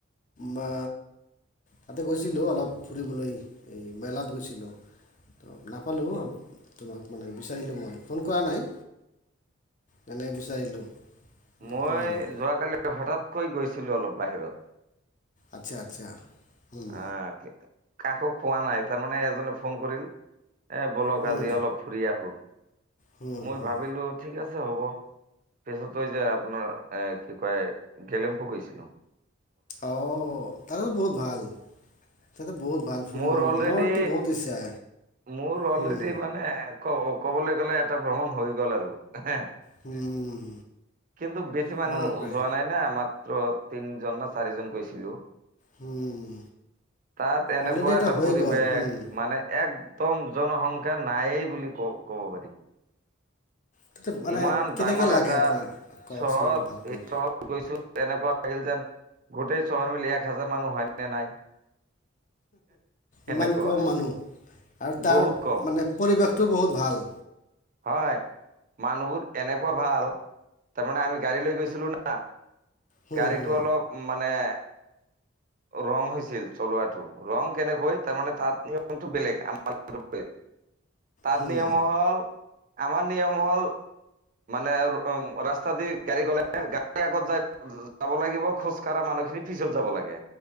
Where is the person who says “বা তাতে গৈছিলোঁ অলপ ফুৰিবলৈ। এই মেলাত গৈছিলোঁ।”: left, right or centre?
Left